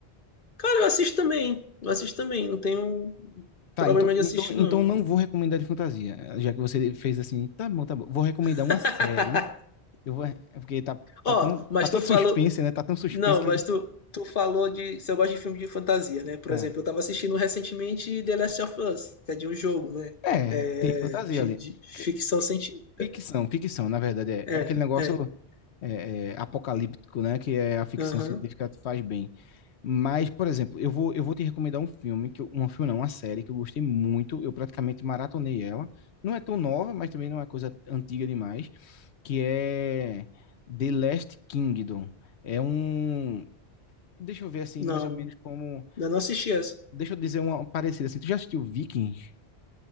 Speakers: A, on the left; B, on the left.
A: Cara, eu assisto também. Eu assisto também. Não tenho
B: Tá,
A: problema
B: então,
A: de
B: então,
A: assistir,
B: então
A: não.
B: não vou recomendar de fantasia, já que você fez assim, tá bom, tá bom. Vou recomendar
A: <laughs>
B: uma série Eu vou, é porque tá, tá
A: Ó,
B: tão,
A: mas
B: tá tanto
A: tu falou.
B: suspense, né? Tá tão suspense
A: Não,
B: que.
A: mas tu, tu falou de. Se eu gosto de filme de fantasia, né? Por
B: É,
A: exemplo, eu tava assistindo recentemente The Last of Us, que é de um jogo, né?
B: é
A: É,
B: tem fantasia
A: de,
B: ali.
A: de ficção
B: Que-
A: científica.
B: Ficção, ficção, na verdade. É,
A: É,
B: é aquele negócio
A: é.
B: é, é, apocalíptico, né? Que é a ficção
A: Aham.
B: científica faz bem. Mas, por exemplo, eu vou, eu vou te recomendar um filme, que eu, um filme não, uma série que eu gostei muito. Eu praticamente maratonei ela. Não é tão nova, mas também não é coisa antiga demais. Que é The Last Kingdom. É um. Deixa eu ver assim,
A: Não,
B: mais ou menos como.
A: ainda não assisti essa.
B: Deixa eu dizer uma parecida assim. Tu já assistiu Vikings?